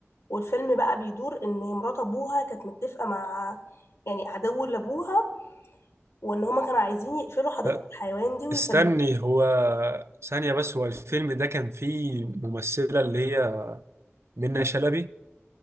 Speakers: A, on the left (about 70°); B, on the right (about 65°).
A: والفيلم بقى بيدور إن مرات أبوها كانت متفقة مع يعني عدو لأبوها وإن هما كانوا عايزين يقفلوا حديقة
B: ه-
A: الحيوان دي ويفلتوا
B: استني هو ثانية بس هو الفيلم ده كان فيه ممثلة اللي هي منة شلبي